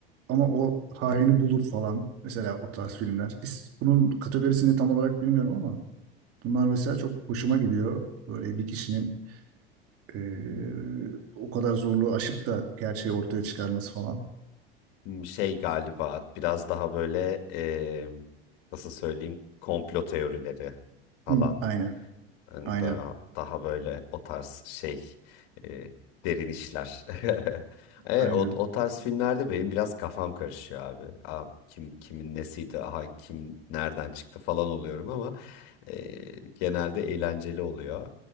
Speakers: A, on the right; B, on the left.
A: Ama o haini bulur falan. Mesela o tarz filmler. İs- Bunun kategorisini tam olarak bilmiyorum ama Bunlar mesela çok hoşuma gidiyor. Böyle bir kişinin eee, o kadar zorluğu aşıp da gerçeği ortaya çıkarması falan.
B: Hmm, Şey galiba biraz daha böyle eee, nasıl söyleyeyim komplo teorileri falan.
A: Hı. Aynen,
B: Yani
A: aynen,
B: daha, daha böyle o tarz şey e, derin işler. <laughs> E,
A: aynen.
B: o, o tarz filmlerde benim biraz kafam karışıyor abi. Aa, kim kimin nesiydi, aha kim nereden çıktı falan oluyorum ama e, genelde eğlenceli oluyor.